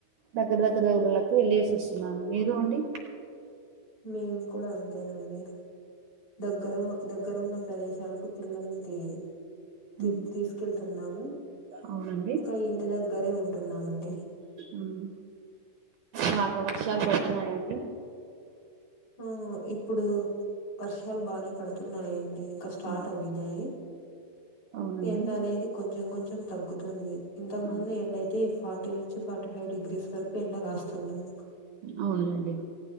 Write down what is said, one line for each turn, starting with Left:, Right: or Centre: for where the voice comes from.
Right: దగ్గర దగ్గర ఊర్లకి వెళ్ళసి వస్తున్నాను మీరు అండి.
Left: మేము కూడా అంతేనండి. దగ్గర దగ్గర ఉన్న ప్రదేశాలకు పిల్లలుకి. తి
Right: ఉహు,
Left: తీసుకెళ్తున్నాము
Right: అవునండి
Left: ఇంకా ఇంటి దగ్గరే ఉంటున్నామండి.
Right: ఉమ్ బాగా వర్షాలు పడుతున్నాయండి.
Left: ఉమ్ ఇప్పుడు వర్షాలు బానే పడుతున్నాయండి. ఇంకా స్టార్ట్
Right: ఉమ్,
Left: అయినాయి
Right: అవునండి
Left: ఎండ అనేది కొంచెం కొంచెం తగ్గుతుంది. ఇంతకు
Right: అవును
Left: ముందు ఎండ అయితే ఫార్టీ నుంచి ఫార్టీ ఫైవ్ డిగ్రీస్ వరకు ఎండ కాస్తుండేది.
Right: అవునండి